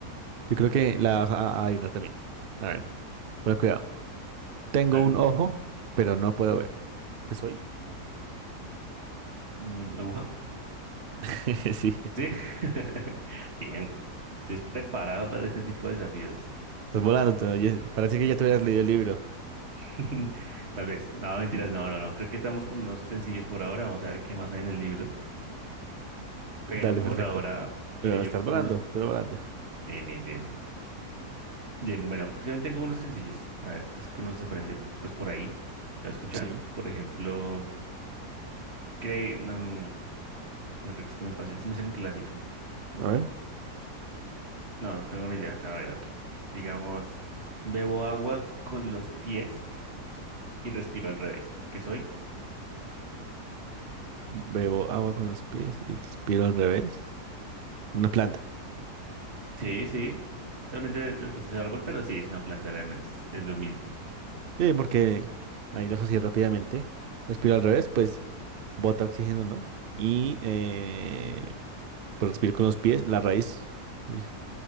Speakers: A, on the right (about 75°); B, on the right (about 40°).
A: Yo creo que la vas a a adivinar también. A ver, pero cuidado. Tengo
B: a ver.
A: un ojo, pero no puedo ver. ¿Qué soy?
B: mm, ¿Aguja?
A: <laughs> Sí.
B: Sí. <laughs> Bien. Si es preparado para este tipo de desafíos.
A: Estás volando, te oyes- Parece que ya te hubieras leído el libro.
B: <laughs> Tal vez. No, mentiras, no, no, no. Creo que estamos con unos sencillos por ahora. Vamos a ver qué más hay en el libro. Pero
A: Dale,
B: por
A: perfecto.
B: ahora iré
A: Pero
B: yo
A: estás
B: con
A: volando,
B: unos.
A: estás volando.
B: Bien, bien, bien. Bien, bueno, yo también tengo unos sencillos. A ver, es que uno se aprende pues por ahí. Lo escuchando,
A: Sí.
B: por ejemplo, cree, no, mm, no creo que esté muy fácil. Es muy en clásico.
A: A ver,
B: No, tengo una idea. A ver, otro. Digamos, bebo agua con los pies y respiro al revés. ¿Qué soy?
A: bebo agua con los pies y respiro al revés. Una planta.
B: Sí, sí. Realmente la respuesta es el árbol, pero sí, es una planta, realmente es, es lo mismo.
A: Sí, porque ahí lo asocié rápidamente. Respiro al revés, pues bota oxígeno, ¿no? Y eh, pues respiro con los pies, la raíz. Y